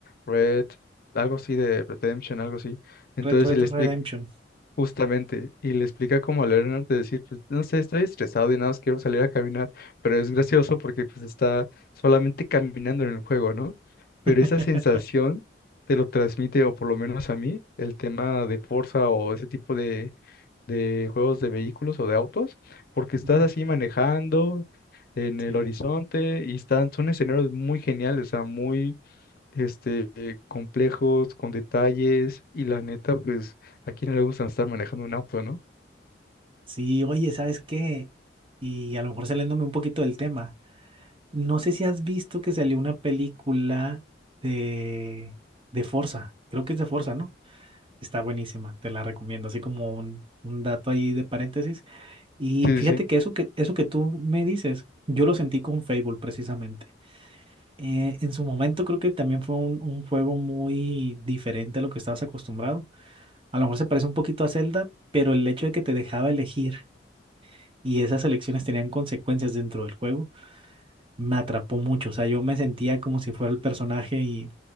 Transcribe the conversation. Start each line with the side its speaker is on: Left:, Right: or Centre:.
Left: Red, algo así de Redemption, algo así entonces,
Right: Red Red
Left: si le explica,
Right: Redemption.
Left: justamente, y le explica como a Leonard de decir, pues, no sé, estoy estresado y nada más quiero salir a caminar, pero es gracioso porque pues está solamente caminando en el juego, ¿no? Pero
Right: <laughs>
Left: esa sensación te lo transmite, o por lo menos a mí, el tema de Forza o ese tipo de, de juegos de vehículos o de autos, porque estás
Right: Ujú,
Left: así manejando en el
Right: Sí.
Left: horizonte y están, son escenarios muy geniales, o sea, muy este, eh, complejos, con detalles, y la neta, pues, ¿a quién no le gusta estar manejando un auto, no?
Right: Sí, oye, ¿sabes qué? Y a lo mejor saliéndome un poquito del tema. No sé si has visto que salió una película de, de Forza. Creo que es de Forza, ¿no? Está buenísima, te la recomiendo, así como un, un dato ahí de paréntesis. Y
Left: Sí,
Right: fíjate
Left: sí, sí.
Right: que eso que, eso que tú me dices, yo lo sentí con Fable precisamente. Eh, en su momento creo que también fue un, un juego muy diferente a lo que estabas acostumbrado. A lo mejor se parece un poquito a Zelda, pero el hecho de que te dejaba elegir y esas elecciones tenían consecuencias dentro del juego, me atrapó mucho. O sea, yo me sentía como si fuera el personaje y,